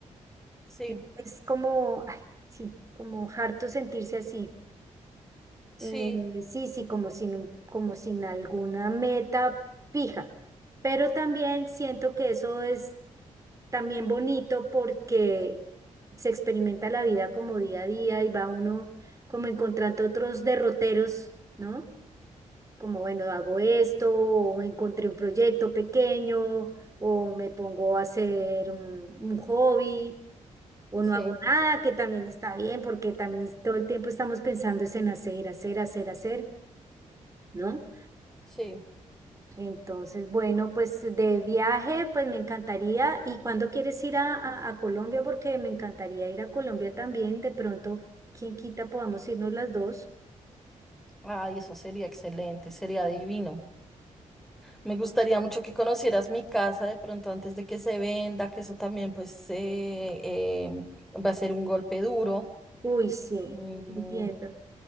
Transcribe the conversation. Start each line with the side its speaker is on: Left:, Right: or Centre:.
Centre: sí,
Right: Y es como, ay, sí, como harto sentirse así.
Centre: sí,
Right: Eh, sí, sí, como sin, un- como sin alguna meta fija. Pero también siento que eso es también bonito porque se experimenta la vida como día a día y va uno como encontrando otros derroteros, ¿no? Como, bueno, hago esto, o encontré un proyecto pequeño, o me pongo a hacer un un hobby o no
Centre: sí,
Right: hago nada, que también está bien, porque también todo el tiempo estamos pensando es en hacer, hacer, hacer, hacer, ¿no?
Centre: sí.
Right: Entonces, bueno, pues de viaje, pues me encantaría. ¿Y cuándo quieres ir a, a, a Colombia? Porque me encantaría ir a Colombia también. De pronto, quién quita, podamos irnos las dos.
Centre: Ay, eso sería excelente, sería divino. Me gustaría mucho que conocieras mi casa de pronto antes de que se venda, que eso también pues eh, eh, va a ser un golpe duro.
Right: Uy, sí,
Centre: Mm,
Right: entiendo.